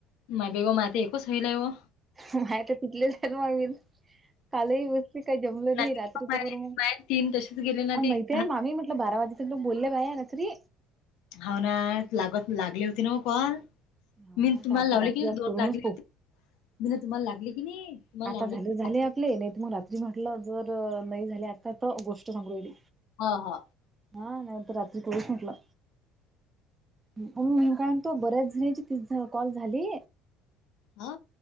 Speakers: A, on the left; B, on the right.
A: म बेगो मा ते एकोच सैलायो.
B: माय तर तिथलेचण मवीन. कालही बसते काय जमलं
A: नाही,
B: नई रात्री तर
A: माय
B: बरं मग.
A: माय तीन तसेच गेले ना
B: अ
A: ते
B: माहित
A: हा
B: आहे मामी म्हटलं बारा वाजे तर लोक बोलले बाया या रात्री.
A: हा ना लागत लागली होती ना कॉल
B: हो
A: मी
B: ना आता
A: तुम्हाला
B: आता
A: लावली
B: रात्री
A: की
B: आज
A: दोन
B: करूनच
A: लागले
B: पाहू
A: होती. मीन तुम्हाला लागली होती की नाही.
B: आता
A: लावले
B: झाले
A: की नाही
B: झाले
A: लागले.
B: आपले नाही तर मग रात्री म्हटलं जर नाही झाले आता तर गोष्ट सांगू येले.
A: हा हा.
B: हा नाही तर रात्री तोलस म्हटलं. म मी काय म्हंतोय तो बऱ्याच जणची ती कॉल झाली.
A: हा